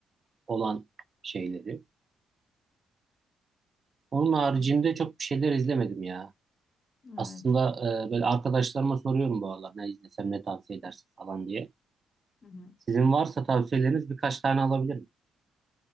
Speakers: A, on the right (about 35°); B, on the left (about 50°).
A: olan şeyleri. Onun haricinde
B: evet, evet.
A: çok bir şeyler izlemedim ya.
B: Evet.
A: Aslında e, böyle arkadaşlarıma soruyorum bu aralar ne izlesem ne tavsiye edersin falan diye.
B: Hı hı.
A: Sizin varsa tavsiyeleriniz birkaç tane alabilirim.